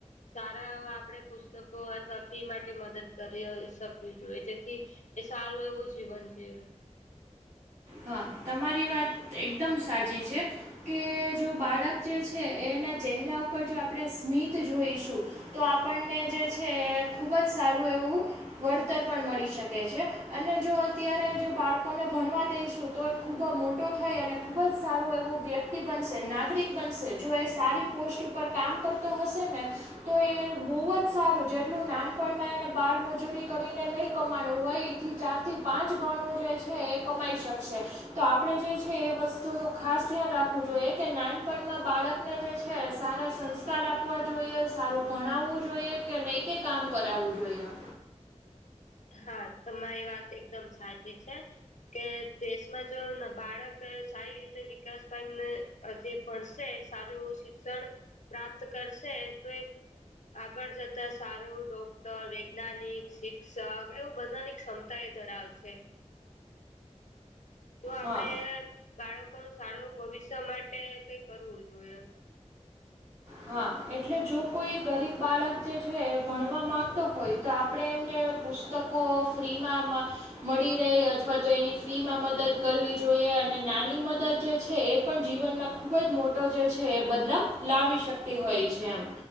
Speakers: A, on the left (about 80°); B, on the right (about 80°).
A: સારા આપણે પુસ્તકો અથવા ફી માટે મદદ કરી થી એ સારું એવો જીવન જીવે.
B: હા તમારી વાત એકદમ સાચી છે. કે જો બાળક જે છે એના ચહેરા ઉપર જો આપણે સ્મિત જોઈશું તો આપણને જે છે ખુબ જ સારું એવું વળતર પણ મળી શકે છે અને જો અત્યારે જે બાળકોને ભણવા દઈશ તો એ ખૂબ જ મોટો થઈ અને ખૂબ જ સારો એવો વ્યક્તિ બનશે નાગરિક બનશે જો એ સારી પોસ્ટ ઉપર કામ કરતો હશે ને તો એ બહુ જ સારું જેટલું નાનપણમાં એને બાળ મજૂરી કરીને નહીં કમાણવું હોય. ચાર થી પાંચ ગણું જે છે એ કમાઈ શકશે. તો આપણે જે છે એ વસ્તુનું ખાસ ધ્યાન રાખવું જોઈએ કે નાનપણમાં બાળક ને જે છે સારા સંસ્કાર આપવા જોઈએ સારું ભણાવવું જોઈએ કે નૈકિક કામ કરાવવું જોઈએ.
A: હા તમારી વાત એકદમ સાચી છે. કે દેશમાં જો બાળક સારી રીતે વિકાસ <unintelligible> હજી ભણશે સારું એવું શિક્ષણ પ્રાપ્ત કરશે તો એક આગળ જતા સારું ડોક્ટર વૈજ્ઞાનિક શિક્ષ ક એવું બધવાની ક્ષમતા એ ધરાવ છે. તો આપડે
B: હા
A: બાળકોનું સારું ભવિષ્ય માટે કઈ કરવું જોઈએ.
B: હા એટલે જો કોઈ ગરીબ બાળક જે છે એ ભણવા માગતો હોય તો આપણે એમને પુસ્તકો ફ્રીમાં મળી રહે અથવા તો એની ફી માં મદદ કરવી જોઈએ અને નાની મદદ જે છે એ પણ જીવનમાં ખુબ જ મોટો જે છે એ બદલાવ લાવી શકતી હોય છે એમ.